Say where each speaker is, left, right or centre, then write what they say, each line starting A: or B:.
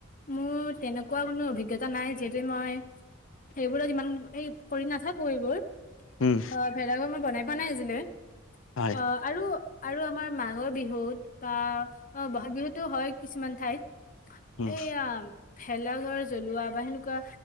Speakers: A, on the left; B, on the left.
A: মোৰ তেনেকুৱা কোনো অভিজ্ঞতা নাই যিহেতু মই সেইবোৰত ইমান এই কৰি নাথাকো এইবোৰ,
B: উম
A: অ ভেলাঘৰ মই বনাই পোৱা নাই আজিলে
B: হয়
A: অ আৰু আৰু আমাৰ মাঘৰ বিহুত বা অ ব'হাগ বিহুতো হয় কিছুমান ঠাইত
B: উম
A: এইয়াম ভেলাঘৰ জ্বলোৱা বা সেনেকুৱা